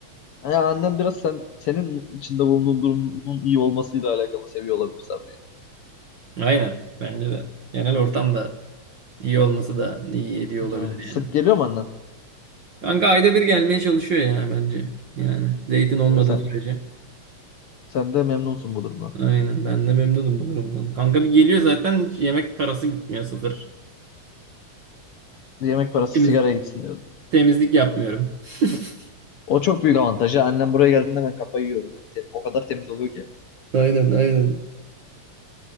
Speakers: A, on the left; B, on the right.
A: Ya annen biraz sen senin içinde bulunduğun durumun iyi olmasıyla alakalı seviyor olabilir Sabri.
B: Aynen. Bence de. Genel ortam da iyi olması da iyi ediyor olabilir
A: Ha. Sık
B: yani.
A: geliyor mu annen?
B: Kanka ayda bir gelmeye çalışıyor ya bence. Yani zeytin olmadığı
A: Ya sen
B: sürece.
A: sen de memnunsun bu durumdan.
B: Aynen. Ben de memnunum bu durumdan. Kanka bir geliyor zaten hiç yemek parası gitmiyor sıfır.
A: Yemek parası
B: Temiz,
A: sigaraya gitsin diyordun.
B: temizlik yapmıyorum. <laughs>
A: O çok büyük avantajı. Annem buraya geldiğinde ben kafayı yiyorum. Te- O kadar temiz oluyor ki.
B: Aynen aynen.